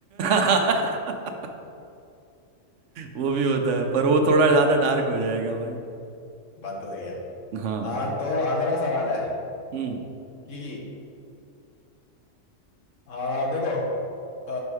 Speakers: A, on the right; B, on the left.
A: <laughs> वो भी होता है पर वो थोड़ा ज्यादा डार्क हो जाएगा भाई
B: बात तो सही है
A: हाँ
B: आ, तो अगला सवाल है
A: हम्म
B: कि आ, देखो आ,